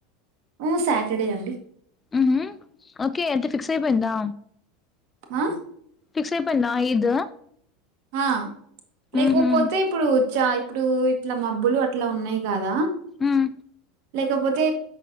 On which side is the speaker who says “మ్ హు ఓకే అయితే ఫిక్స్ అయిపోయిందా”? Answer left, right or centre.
Left